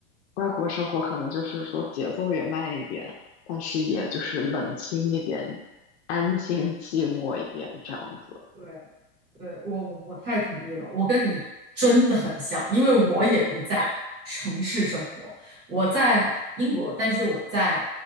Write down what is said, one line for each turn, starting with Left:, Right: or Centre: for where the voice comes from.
Left: 外国生活可能就是说节奏也慢一点，但是也就是冷清一点，
Right: 嗯，
Left: 安静寂寞一点这样子。
Right: 对对，我我我太同意了，我跟你真的很像，因为我也不在城市生活，我在英国，但是我在